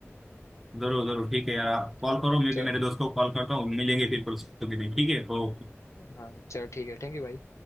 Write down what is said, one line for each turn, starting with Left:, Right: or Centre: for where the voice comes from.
Centre: जरूर जरूर ठीक है यार आप कॉल
Left: हाँ
Centre: करो मैं
Left: चल
Centre: भी मेरे दोस्त को कॉल करता हूँ मिलेंगे फिर परसों के दिन ठीक है ओ
Left: हाँ चल ठीक है थैंक यू भाई